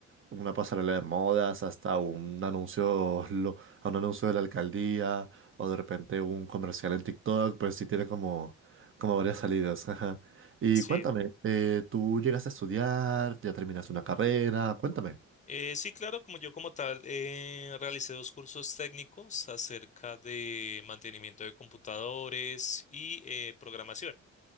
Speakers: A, on the right; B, on the left.
A: una pasarela de modas hasta un anuncio, lo- a un anuncio de la alcaldía o de repente un comercial en TikTok, pues sí tiene como, como varias salidas. ajá. Y
B: Sí,
A: cuéntame, eh, ¿tú llegas a estudiar? ¿Ya terminas una carrera? Cuéntame.
B: Eh, sí, claro, como yo como tal eh, realicé dos cursos técnicos acerca de mantenimiento de computadores y eh, programación.